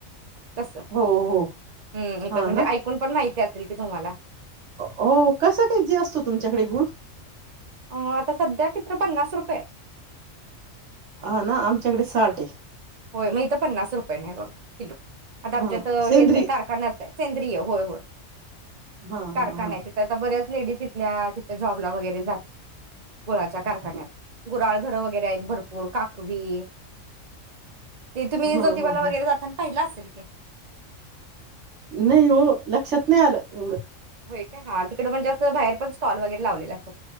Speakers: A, on the right; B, on the right.
A: तस हम्म
B: हो, हो. हां
A: म्हणजे
B: ना.
A: ऐकून पण माहिती की तुम्हाला <unintelligible>
B: हो कसं के जी असतो तुमच्याकडे गुळ
A: अ आता सध्या कितीतर पन्नास रुपये हाय.
B: हा ना आमच्याकडे साठ आहे.
A: होय मग इथं पन्नास रुपयेने आहे बघा किलो आता आमच्या
B: हां.
A: इथ
B: सेंद्री
A: हेच आहे कारखाना सेंद्रिय होय, होय.
B: हां,
A: कारखाना
B: हां, हां.
A: आहे तिथं आता बऱ्याच ते बी तिथल्या तिथ जॉबला वगै <unintelligible> ते जात गुळाच्या कारखान्यात. गुराळ घरं वगैरे आहेत भरपूर, काकवी, ए ते तुम्ही
B: हां,
A: जोतिबाला
B: हां, हां.
A: वगैरे जाताना पाहिला आस <unintelligible>
B: नही हो, लक्षात नाही आलं एवढं.
A: व्हय काय हा तिकड म्हणजे असं बाहेर पण स्टॉल वगैरे लावलेले असतात,